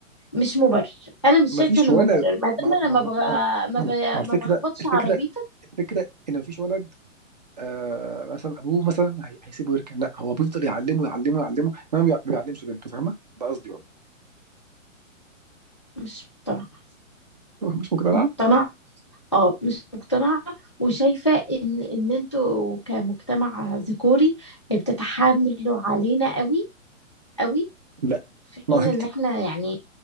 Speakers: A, on the left; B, on the right.
A: مش مبرر انا مش
B: ما
A: شايفه
B: فيش
A: انه
B: ولد
A: مبرر ما دام
B: ما
A: انا
B: ما
A: ما بغ...
B: ما
A: ما,
B: ما
A: ب...
B: ما الفكره
A: ما بخبطش
B: الفكره
A: عربيتك
B: الفكره ان ما فيش ولد آه مثلا ابوه مثلا هي- هيسيبه يركن لا هو بيفضل يعلمه يعلمه يعلمه ما بيع- ما بيعلمش بنته فاهمه ده قصدي والله
A: مش مقتنعه
B: <laughs> مش مقتنع؟
A: مقتنعه اه مش مقتنعه وشايفه ان ان انتوا كمجتمع ذكوري بتتحاملوا علينا قوي قوي
B: لا
A: في
B: ما
A: حين
B: قلت
A: ان احنا يعني